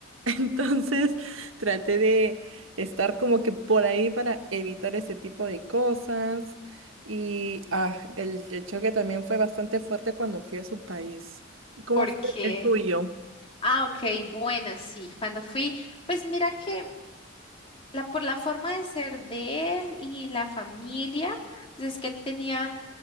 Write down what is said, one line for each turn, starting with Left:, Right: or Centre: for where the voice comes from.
Right: Entonces <laughs> traté de estar como que por ahí para evitar ese tipo de cosas. Y ah, el, el choque también fue bastante fuerte cuando fui a su país. ¿Cómo
Left: ¿Por
Right: fue
Left: qué?
Right: el tuyo?
Left: Ah, ok, buena, sí. Cuando fui, pues mira que la, por la forma de ser de él y la familia, pues es que él tenía,